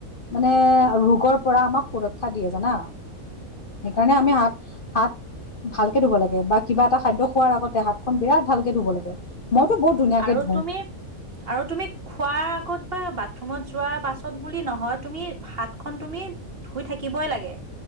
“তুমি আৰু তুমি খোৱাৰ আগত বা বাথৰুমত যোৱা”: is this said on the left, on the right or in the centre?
Right